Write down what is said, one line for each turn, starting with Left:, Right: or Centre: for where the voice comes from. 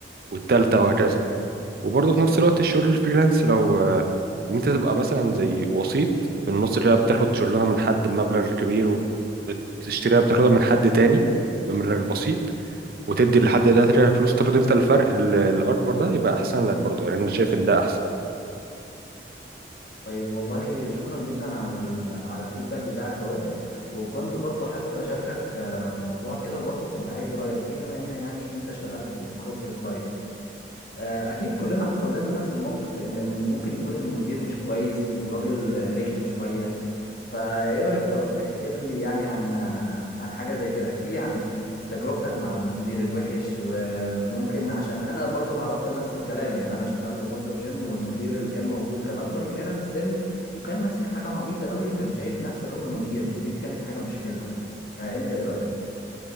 Right: والتالتة وهكذا وبرضه في نفس الوقت الشغل الفريلانس لو آه، ان انت تبقى مثلا زي وسيط في النص كده بتاخد شغلانة من حد بمبلغ كبير وبتشتريها بتاخدها من حد تاني بمبلغ بسيط وتدي لحد ده تلاتة فلوس تاخد انت الفرق ال- الأكبر ده يبقى أحسن لك برضه يعني أنا شايف إن ده أحسن
Left: طيب والله شكرا جدا على ال- على الفيدباك بتاعك دوت وكنت برضو حابب اشاركك آه، موضوع كده برضو كنت عايز رايك فيه بما ان يعني انت اشتغلت في الكوربريت لايف اكيد كلنا حصل لنا نفس الموقف ان ال- ممكن يكون المدير مش كويس وراجل آه، رخم شويه فايه رأيك لو تحكي لي يعني عن عن حاجة زي كده احكي لي عن تجربتك مع المدير الوحش وممكن عشان انا برضو اتعرضت لنفس الكلام يعني انا اشتغلت برضو في جيم والمدير اللي كان موجود كان اكبر مننا في السن وكان ماسك حاجة عبيطة قوي وكان شايف نفسه قوي مدير ودي كانت حاجة مش حلوة فانت ايه رأيك